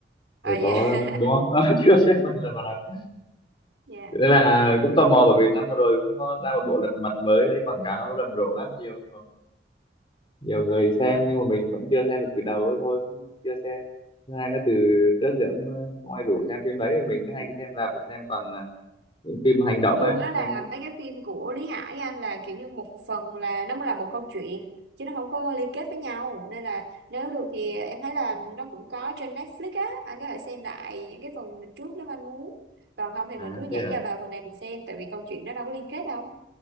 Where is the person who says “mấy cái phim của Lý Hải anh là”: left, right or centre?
Right